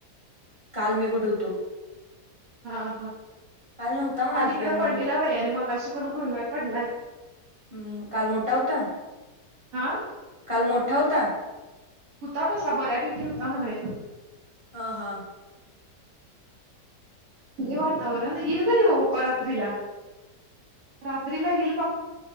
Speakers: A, on the right; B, on the right.
A: काल मी कुठवतो
B: हा हा
A: नव्हता म्हणाल
B: काल इ
A: तु
B: कडं
A: बाई मम्मी
B: पडलेला बा ई आणि मग अशी करण पुुरुंगात पडलाय
A: हम्म काल मोठा होता
B: हा
A: काल मोठा होता
B: होता तसा बऱ्यापैकी होता म्हणाय
A: हा हा
B: वातावरण इ कावप रात्रीला रात्रीला इल